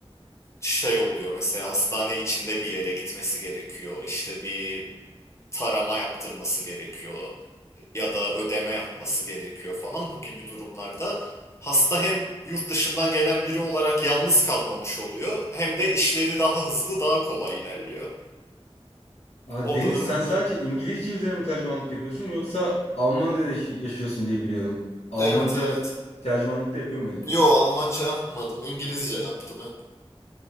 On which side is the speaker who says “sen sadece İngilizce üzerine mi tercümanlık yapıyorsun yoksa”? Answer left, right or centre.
Left